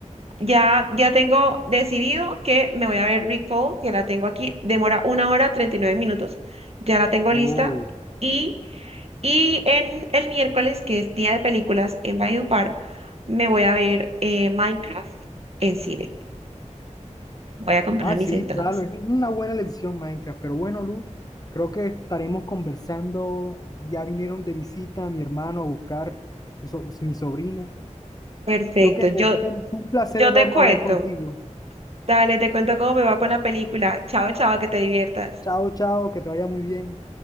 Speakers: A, on the right (about 55°); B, on the left (about 30°).
A: ya, ya tengo decidido que me voy a ver Recall, que la tengo aquí, demora una hora 39 minutos, ya la tengo
B: Oh.
A: lista. Y, y en el miércoles, que es día de películas en Valledupar, me voy a ver eh, Minecraft en cine. Voy a comprar
B: Ah,
A: mis
B: sí,
A: entradas.
B: claro, es una buena elección Minecraft, pero bueno, Luz, creo que estaremos conversando, ya vinieron de visita mi hermano a buscar so- mi sobrina.
A: Perfecto,
B: Creo que
A: yo,
B: fue un fue un placer
A: yo
B: enorme
A: te cuento.
B: hablar contigo.
A: Dale, te cuento cómo me va con la película. Chao, chao, que te diviertas.
B: Chao, chao, que te vaya muy bien.